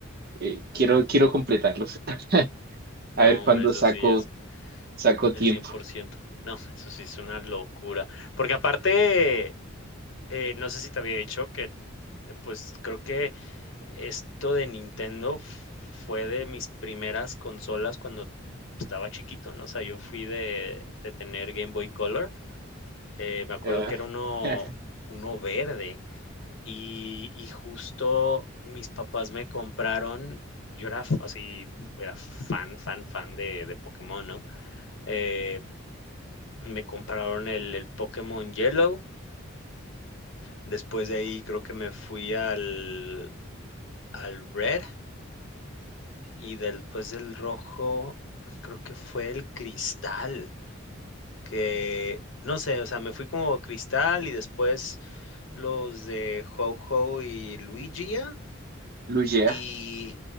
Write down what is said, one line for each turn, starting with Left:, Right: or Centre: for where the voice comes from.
Right: eh, quiero, quiero completarlos. <laughs>
Left: No,
Right: A ver cuándo
Left: hombre, eso
Right: saco,
Left: sí es
Right: saco
Left: El
Right: tiempo.
Left: cien por ciento No, eso sí es una locura. Porque aparte, eh, no sé si te había dicho que, eh, pues, creo que esto de Nintendo fue de mis primeras consolas cuando estaba chiquito, ¿no? O sea, yo fui de, de tener Game Boy Color. Eh, me acuerdo
Right: Ah,
Left: que era uno,
Right: <laughs>
Left: uno verde. Y, y justo mis papás me compraron. Yo era f- así, era fan, fan, fan de, de Pokémon, ¿no? Eh, me compraron el el Pokémon Yellow, después de ahí creo que me fui al al Red y después del rojo, creo que fue el Cristal, que no sé, o sea, me fui como Cristal y después los de Ho-Oh y Luigi
Right: Lugea,
Left: y